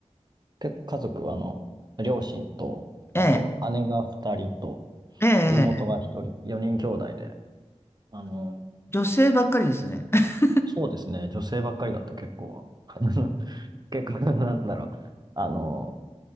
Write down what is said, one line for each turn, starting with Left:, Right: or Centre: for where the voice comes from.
Right: 結家族は、あの、両親と、
Left: ええ、
Right: あと姉が二人と、
Left: ええ、
Right: 妹が一人、
Left: ええ。
Right: 4人兄弟で、あの、
Left: 女性ばっかりですね。<laughs>
Right: そうですね。女性ばっかりだった、結構は。<laughs> 結構、なんだろう。あの、